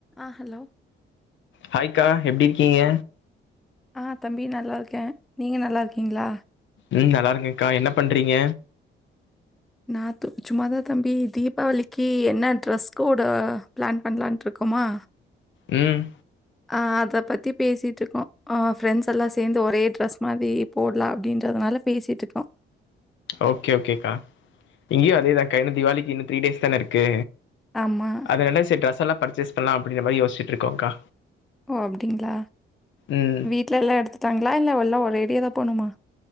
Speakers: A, in the centre; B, on the left.
A: ஆ ஹலோ
B: ஹாய் கரா எப்டி இருக்கிங்க
A: ஆ தம்பி நல்லாருக்கே நீங்க நல்லாருக்கிங்ளா
B: ம் நல்லாருக்கேக்கா என்ன பண்றிங்க
A: நா து சும்மாதா தம்பி தீபாவளிக்கு என்ன ட்ரெஸ் கோடு பிளான் பண்ணலான்ட்ருக்கமா
B: ம்
A: ஆ அத பத்தி பேசிட்ருக்கோ ஆ ஃப்ரெண்ட்ஸ் எல்லா சேந்து ஒரே ட்ரெஸ் மாதி போடலா அப்டின்றதுனால பேசிட்ருக்கோ
B: ஓகே ஓகேக்கா இங்கயு அதேதாக்கா இன்னு திவாளிக்கு இன்னு த்ரீ டேஸ் தான இருக்கு
A: ஆமா
B: அதனால செரி டிரெஸ் எல்லா பர்ச்சேஸ் பண்ணலா அப்டின்ற மாரி யோசிச்ட்டு இருக்கோங்க்கா
A: ஓ அப்டிங்ளா
B: ம்
A: வீட்ல எல்லா எடுத்துட்டாங்களா இல்ல எல்லா ஒரேடியாதா போணுமா